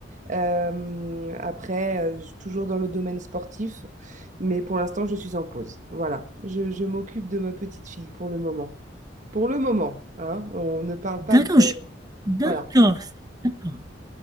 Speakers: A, on the right; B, on the right.
A: Euh, après, euh, je- toujours dans le domaine sportif, mais pour l'instant, je suis en pause. Voilà, je, je m'occupe de ma petite fille pour le moment. Pour le moment, hein, on ne parle
B: D'accord,
A: pas de...
B: je- d'accord,
A: Voilà.
B: d'accord.